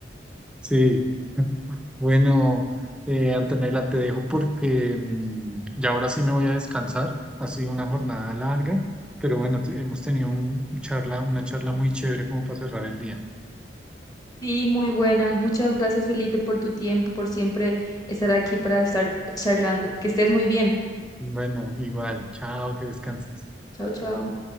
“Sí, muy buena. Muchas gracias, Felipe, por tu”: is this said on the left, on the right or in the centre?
Left